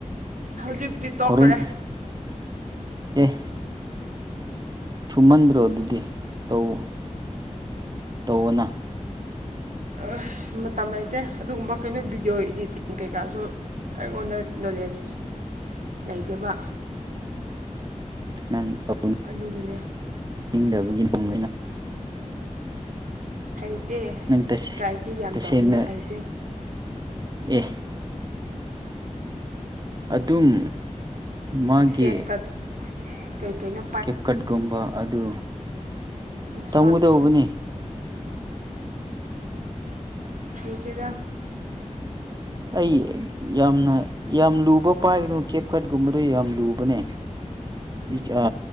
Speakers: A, on the right; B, on the right.
A: ꯍꯧꯖꯤꯛꯇꯤ ꯇꯣꯛꯈ꯭ꯔꯦ
B: ꯍꯣꯔꯦꯟ ꯑꯦ ꯊꯨꯝꯃꯟꯗ꯭ꯔꯣ ꯑꯗꯨꯗꯤ ꯇꯧ ꯇꯧꯋꯣꯅ
A: ꯑꯥꯁ ꯊꯨꯝ ꯃꯇꯝ ꯂꯩꯇꯦ ꯑꯗꯨꯒꯨꯝꯕ ꯀꯩꯅꯣ ꯚꯤꯗꯤꯑꯣ ꯏꯗꯤꯇꯤꯡ ꯀꯩꯀꯥꯖꯨ ꯑꯩꯉꯣꯟꯗ ꯅꯣꯂꯦꯖ ꯂꯩꯇꯦꯕ
B: UNINTELLIGIBLE
A: ꯑꯗꯨꯒꯅꯦ
B: ꯅꯤꯡꯗꯕꯒꯤ ꯅꯪ
A: ꯍꯩꯇꯦ
B: ꯅꯪ ꯇꯁꯦ
A: ꯇ꯭ꯔꯥꯏꯇꯤ ꯌꯥꯝ
B: ꯇꯁꯦꯡꯅ
A: ꯇꯧꯕꯅꯦ ꯍꯩꯇꯦ꯫
B: ꯑꯦ ꯑꯗꯨꯝ ꯃꯥꯒꯤ
A: ꯀꯦꯞꯀ ꯀꯩꯀꯩꯅꯣ
B: ꯀꯦꯞꯀꯠꯒꯨꯝꯕ ꯑꯗꯨ
A: ꯏꯟ
B: ꯇꯝꯒꯗꯧꯕꯅꯦ
A: ꯁꯣꯔꯠ ꯍꯩꯇꯦꯗ
B: ꯑꯩ ꯌꯥꯝꯅ ꯌꯥꯝ ꯂꯨꯕ ꯄꯥꯏꯒꯅꯨ ꯀꯦꯞꯀꯠꯒꯨꯝꯕꯗꯣ ꯌꯥꯝ ꯂꯨꯕꯅꯦ꯫ ꯏ ꯑ